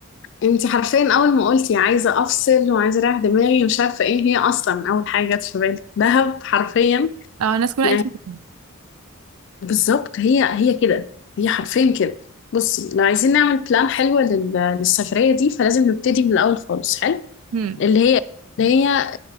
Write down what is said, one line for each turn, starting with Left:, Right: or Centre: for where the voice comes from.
Left: انت حرفيا اول ما قلتي عايزه افصل وعايزه اريح دماغي مش عارفه ايه هي اصلا اول حاجه جت في بالي دهب حرفيا
Right: اه الناس كلها
Left: يعني
Right: قالت لي كده
Left: بالظبط هي هي كده هي حرفيا كده بصي لو عايزين نعمل بلان حلوه لل- للسفريه دي فلازم نبتدي من الاول خالص حلو
Right: هم
Left: اللي هي اللي هي